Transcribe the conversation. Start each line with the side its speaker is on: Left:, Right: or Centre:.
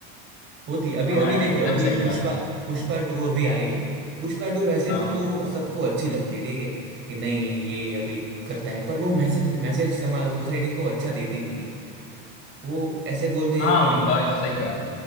Right: होती है अभी
Left: हाँ
Right: अभी देखो
Left: यार एकदम
Right: अभी ये
Left: सही कहा
Right: पुष्पा
Left: भाई
Right: पुष्पा टू अभी आई पुष्पा टू वैसे
Left: हाँ
Right: तो सबको अच्छी लगती है ठीक है कि नहीं ये अभी करता है पर वो मैसेज मैसेज समाज सोसाइटी को अच्छा देती नहीं है वो ऐसे बोलते
Left: हाँ
Right: हैं कि नहीं
Left: बस सही कहा